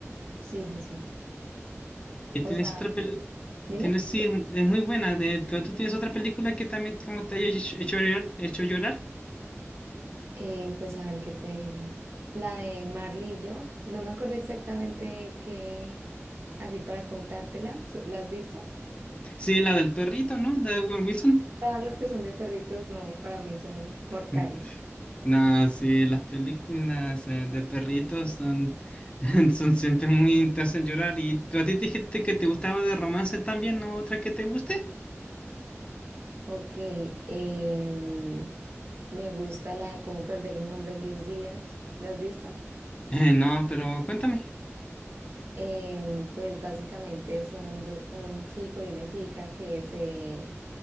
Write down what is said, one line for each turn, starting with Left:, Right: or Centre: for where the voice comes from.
Right: Sí, sí, sí.
Left: ¿Y tienes
Right: O sea,
Left: otra película?
Right: dime,
Left: Tienes, sí, es, mu- es muy buena, de- pero tú tienes otra película que también como te haya hecho, hecho llorar, hecho llorar.
Right: Eh, pues a ver qué te digo. La de Marley y yo, no me acuerdo exactamente qué, así para contártela, So- ¿la has visto?
Left: Sí, la del perrito, ¿no? De Owen Wilson.
Right: Todas las que son de perritos, no, para mí son mortales.
Left: Mm. No, sí, las películas eh, de perritos son, <laughs> son siempre muy te hacen llorar. ¿Y tú a ti te dijiste que te gustaba de romance también, no otra que te guste? <laughs>
Right: Ok, em, Me gusta la de cómo perder un hombre en diez días. ¿Lo has visto?
Left: Eh, no, pero cuéntame.
Right: Em, pues básicamente son do- un chico y una chica que se,